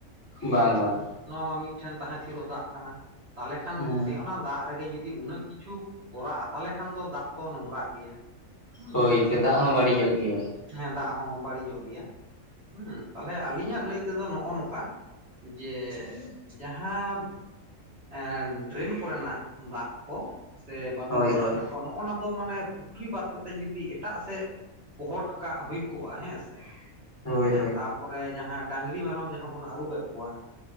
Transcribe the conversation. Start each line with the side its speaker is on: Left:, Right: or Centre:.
Left: ᱵᱟᱝ
Right: ᱦᱩᱸ
Left: ᱵᱟᱝ
Right: ᱱᱚᱣᱟ ᱢᱟ ᱢᱤᱫᱴᱷᱮᱱ ᱛᱟᱦᱮᱸ ᱛᱷᱤᱨᱚᱜ ᱫᱟᱜ ᱠᱟᱱᱟ ᱛᱟᱞᱦᱮ ᱠᱷᱟᱱ
Left: ᱦᱮᱸ
Right: ᱚᱱᱮ ᱚᱱᱟ ᱫᱟᱜ ᱨᱮᱜᱮ ᱡᱩᱫᱤ ᱩᱱᱟᱹᱜ ᱠᱤᱪᱷᱩ ᱠᱚᱨᱟᱜᱼᱟ ᱛᱟᱞᱦᱮ ᱠᱷᱟᱱ ᱫᱚ ᱫᱟᱜ ᱛᱚ ᱱᱚᱝᱨᱟᱜ ᱜᱮᱭᱟ। ᱦᱩᱸ
Left: ᱦᱳᱭ ᱥᱮ ᱫᱟᱜ ᱦᱚᱸ ᱵᱟᱹᱲᱤᱡᱚᱜ
Right: ᱦᱩᱸ
Left: ᱜᱮᱭᱟ
Right: ᱦᱮᱸ ᱫᱟᱜ ᱦᱚᱸ ᱵᱟᱹᱲᱤᱡᱚᱜ ᱜᱮᱭᱟ। ᱦᱩᱸ ᱛᱟᱞᱦᱮ ᱟᱹᱞᱤᱧᱟᱜ ᱞᱟᱹᱭ ᱛᱮᱫᱚ ᱱᱚᱜᱼᱚ ᱱᱚᱠᱟ ᱡᱮ ᱡᱟᱦᱟᱸ ᱮᱸ ᱰᱨᱮᱱ ᱠᱚᱨᱮᱱᱟᱜ ᱫᱟᱜ ᱠᱚ ᱥᱮ ᱵᱟᱛᱨᱩᱢ
Left: ᱦᱳᱭ
Right: ᱠᱚᱨᱮᱱᱟᱜ
Left: ᱦᱳᱭ
Right: ᱫᱟᱜ ᱠᱚ ᱱᱚᱜᱼᱚᱱᱟ ᱫᱚ ᱢᱟᱱᱮ ᱯᱩᱠᱷᱨᱤ ᱵᱟᱫ ᱠᱟᱛᱮᱫ ᱡᱩᱫᱤ ᱮᱴᱟᱜ ᱥᱮᱫ ᱯᱚᱦᱚᱴ ᱠᱟᱜ ᱦᱩᱭ ᱠᱚᱜᱼᱟ ᱦᱮᱸ ᱥᱮ
Left: ᱦᱳᱭ
Right: ᱦᱮᱸ
Left: ᱦᱳᱭ
Right: ᱛᱟᱨᱯᱚᱨᱮ ᱡᱟᱦᱟᱸ ᱰᱟᱝᱨᱤ ᱢᱮᱨᱚᱢ ᱡᱟᱦᱟᱸ ᱵᱚᱱ ᱟᱹᱨᱩᱵᱮᱫ ᱠᱚᱣᱟ